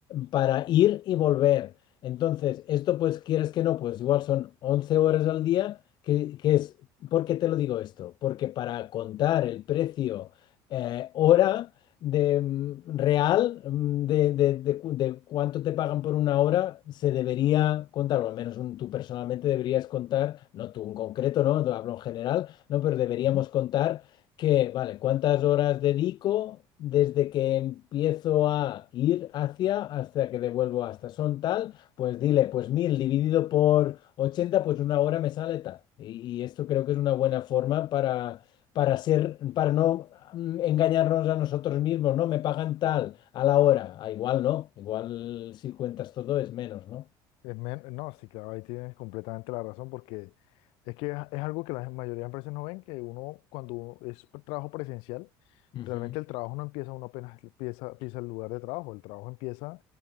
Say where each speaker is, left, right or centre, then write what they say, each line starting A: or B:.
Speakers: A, on the left (about 55°); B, on the left (about 80°).
A: para ir y volver. Entonces, esto pues quieres que no, pues igual son 11 horas al día, que, que es, ¿por qué te lo digo esto? Porque para contar el precio eh, hora de mm, real mm, de, de- de cu- de cuánto te pagan por una hora se debería contar, o al menos un- tú personalmente deberías contar, no tú en concreto, ¿no? Te Hablo en general, ¿no? Pero deberíamos
B: ujú.
A: contar que, vale, cuántas horas dedico desde que empiezo a ir hacia hasta que devuelvo hasta. Son tal, pues dile, pues mil dividido por 80 pues una hora me sale tal. Y, y esto creo que es una buena forma para para ser, para no mm, engañarnos a nosotros mismos, ¿no? Me pagan tal a la hora. Ah, igual no, igual si cuentas todo es menos, ¿no?
B: Es men- no, sí, claro, ahí tienes completamente la razón, porque es que es, es algo que la mayoría de empresas no ven, que uno cuando uno es pr- trabajo presencial,
A: Ujú,
B: realmente el trabajo no empieza, uno apenas empieza, empieza el lugar de trabajo, el trabajo empieza